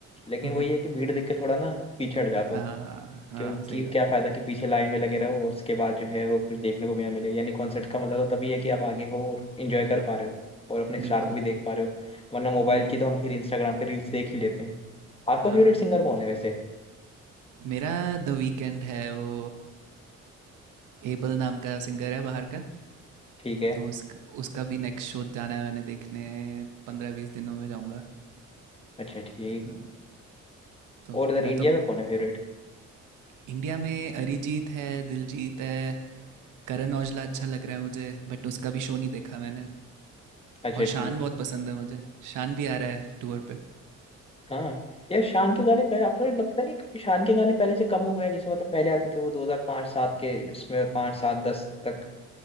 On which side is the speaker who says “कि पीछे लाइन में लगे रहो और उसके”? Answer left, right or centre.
Left